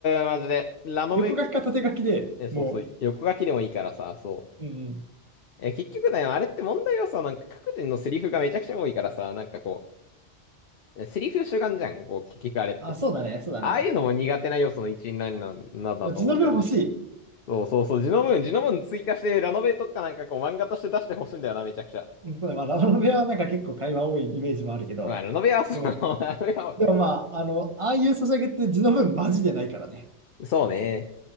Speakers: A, on the left (about 60°); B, on the right (about 30°).
A: マジで。ラノベ系、
B: 横書きか縦書きでも
A: え、そうそう、横書きでもいいからさ、そう。
B: う、うんうん。
A: え、結局ね、あれって問題はさ、なんか各人のセリフがめちゃくちゃ多いからさ、なんかこう、セリフ主眼じゃん、こう、結局あれって。
B: あ、そうだね、そうだね。
A: ああいうのも苦手な要素の一員なんなんだと思うんだよね。
B: 字の分欲しい。
A: そうそうそう、ジノムーン、ジノムーン追加して、ラノベとかなんかこう漫画として出してほしいんだよな、めちゃくちゃ。
B: うんそうだねまあ、ラノベはなんか結構会話多いイメージもあるけど、
A: まあ、ラノベはそう、
B: でも、
A: <laughs> ラノベは
B: でもまあ、あの、ああいうソシャゲって字の文マジでないからね。
A: そうね。